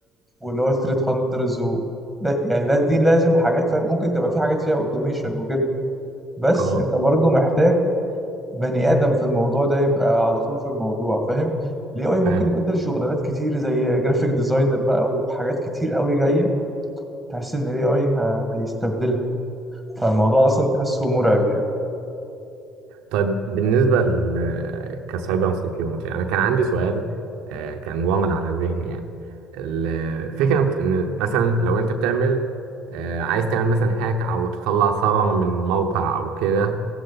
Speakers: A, in the centre; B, on the right.
A: واللي هو ثريت هانترز و... لا- يعني لا- دي لازم حاجات فاهم ممكن تبقى في حاجات فيها اوتوميشن وكده بس
B: اه
A: انت برضو محتاج بني ادم في الموضوع ده يبقى على طول في الموضوع فاهم الاي اي ممكن
B: فاهم
A: يبدل شغلانات كتير زي جرافيك ديزاينر بقى وحاجات كتير قوي جايه تحس ان الاي اي هيستبدلها فالموضوع اصلا تحسه مرعب
B: طيب بالنسبة ل... كسايبر سيكيورتي أنا كان عندي سؤال آه، كان وارد على ذهني يعني الفكرة بت- إن مثلا لو أنت بتعمل آه، عايز تعمل مثلا هاك أو تطلع ثغرة من موقع أو كده